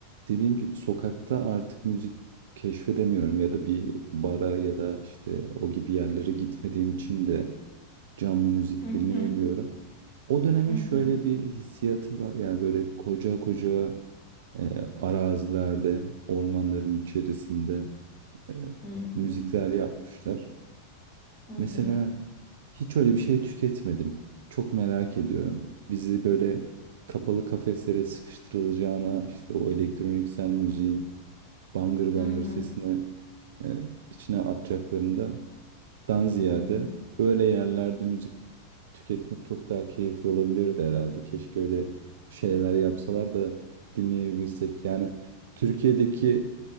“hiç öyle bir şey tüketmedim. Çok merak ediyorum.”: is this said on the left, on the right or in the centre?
Right